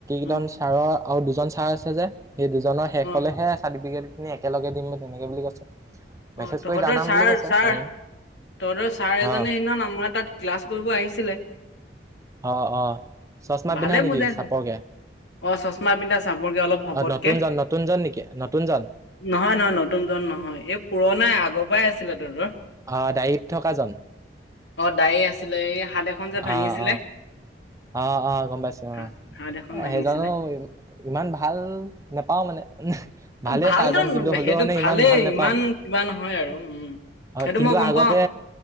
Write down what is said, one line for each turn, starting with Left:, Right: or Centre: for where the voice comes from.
Left: অ
Right: <unintelligible> ছাৰৰ আৰু দুজন ছাৰ আছে যে, এই দুজনৰ শেষ
Left: অ
Right: হ'লেহে চাৰ্টিফিকেট। একেলগে দিম তেনেকে বুলি কৈছে।
Left: অ
Right: মেছেজ
Left: তহঁতৰ
Right: কৰি জনাম
Left: ছাৰ-ছাৰ
Right: বুলি কৈছে ছাৰে
Left: তহঁতৰ ছাৰ এজনে
Right: অ
Left: সিদিনা আমাৰ তাত ক্লাছ কৰিব আহিছিলে।
Right: অ অ চশমা
Left: ভালে
Right: পিন্ধা নেকি
Left: বুজাইছে
Right: চাপৰকে?
Left: অ চশমা পিন্ধা চাপৰকে অলপ শকতকে
Right: অ নতুনজন নতুনজন নেকি নতুনজন
Left: নহয় নহয় নতুন জন নহয়। এই পুৰণাই আগৰ পৰাই আছিলে তোৰ ধৰ
Right: অ ডায়ৰিত থকা জন?
Left: অ দাৰী আছিলে, এই হাত এখন যে ভাঙিছিলে
Right: অ অ অ অ গম পাইছো
Left: হাত
Right: অ
Left: হাত এখন
Right: এ
Left: ভাঙিছিলে
Right: সেই জানো ইমান ভাল নোপাওঁ মানে। ভালেই
Left: ভালটো
Right: ছাৰজন কিন্তু হ'লেও
Left: সেইটো
Right: মানে
Left: ভালেই
Right: ইমান ভাল নেপাওঁ
Left: ইমান কিবা নহয় আৰু উম।
Right: অ
Left: সেইটো
Right: কিন্তু
Left: মই গম
Right: আগতে
Left: পাও